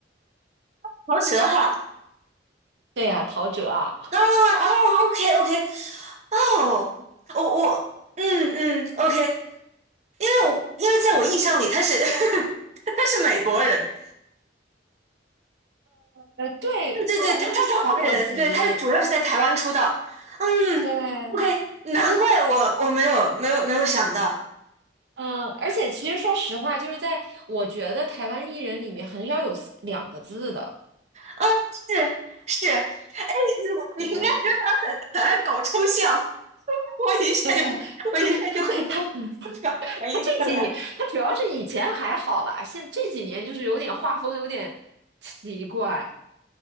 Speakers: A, on the right (about 40°); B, on the right (about 70°).
A: 陶喆哈。
B: 对呀、陶喆啊，
A: 啊哦，OK OK，哦，我我嗯嗯，OK，因为我因为在我印象里他是 <laughs> 他是美国人，
B: 呃，对，
A: 对对对，
B: 他好像是双国籍，
A: 他他是华人，对，他主要是在台湾出道。嗯，OK，
B: 对，
A: 难怪我我没有没有没有想到，
B: 嗯，而且其实说实话，就是在我觉得台湾艺人里面很少有四两个字的，
A: 嗯，是是，哎，<laughs>
B: 对吧？
A: 你应该说他很很爱搞抽象，我一下就
B: 对，
A: 我一下就会
B: <laughs> 他
A: <laughs>
B: <laughs>
A: 反应过来。
B: 他这几年，他主要是以前还好啦，现这几年就是有点画风有点奇怪。